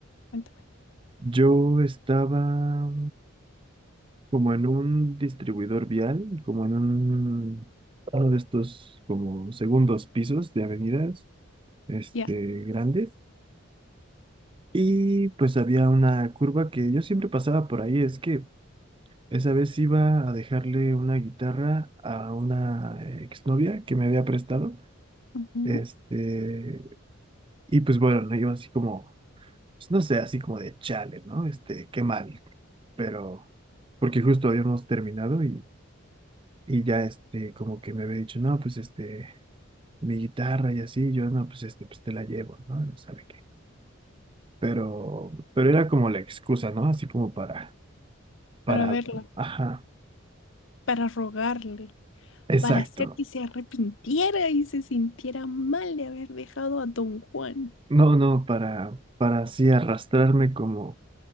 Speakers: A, on the left; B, on the right.
A: Cuéntame.
B: yo estaba como en un distribuidor vial, como en un, uno de estos como segundos pisos de avenidas, este,
A: Ya.
B: grandes, y pues había una curva que yo siempre pasaba por ahí, es que esa vez iba a dejarle una guitarra a una eh, exnovia que me había prestado,
A: Ujú.
B: este, y pues bueno, la iba así como pues, no sé, así como de chale, ¿no? Este, qué mal. Pero, porque justo habíamos terminado y, y ya, este, como que me había dicho, no, pues, este, mi guitarra y así, yo, no, pues, este, pues te la llevo, ¿no? No sabe qué. Pero, pero era como la excusa, ¿no? Así como para, para,
A: Para verla,
B: ajá,
A: para rogarle,
B: exacto.
A: para hacer que se arrepintiera y se sintiera mal de haber dejado a Don Juan.
B: No, no, para, para así arrastrarme como,